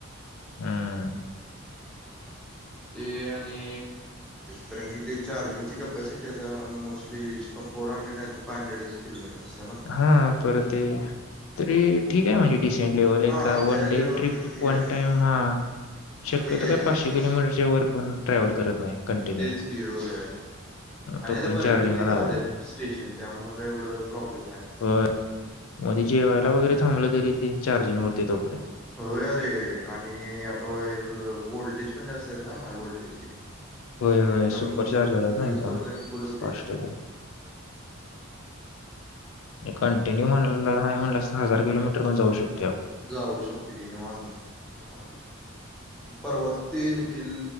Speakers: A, on the left (about 85°); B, in the centre.
A: हम्म.
B: ते आणि कारण की ते चार्जिंगची कपसिटी आता मोस्टली फोर हंड्रेड आहे नाहीतर फाय हंड्रेड किलोमीटर. असते ना
A: हा बरं ते तरी ठीक आहे म्हणजे लेवल एक
B: हा
A: वन
B: त्या
A: डे
B: लेवलपर्यंत
A: ट्रिप,
B: ठीक
A: वन
B: आहे
A: टाइम, हा- शक्यतो
B: ठीक आहे
A: काय
B: की
A: पाचशे किलोमीटरच्या वर कोण ट्रॅव्हल करत नाही. कंटिनू.
B: तेच की होय आणि
A: तो
B: आता
A: पर्यत
B: बऱ्यापैकी
A: चार्जिंगला
B: झालेत
A: <unintelligible>
B: स्टेशन त्यामुळे काय एवढं प्रॉब्लेम नाही
A: होय मोदीजी व्हायला वगैरे थांबलं तरी ते चार्जिंग होते तो.
B: होय अरे आणि--आता हे व्होल्टेज पण जास्त आहेत ना, हाय व्होल्टेज. त्यामुळे
A: होय होय
B: एकदम
A: सुपर चार्जर आहेत
B: जेवस्तो
A: ना एकदम
B: पर्यंत फुल होते.
A: फास्ट आहे ते कंटिन्यू म्हण नाही म्हणलसं तर हजार किलोमीटर पण जाऊ शकतो.
B: जाऊ शकते कि निवांत. निवांत परवा ते निखिल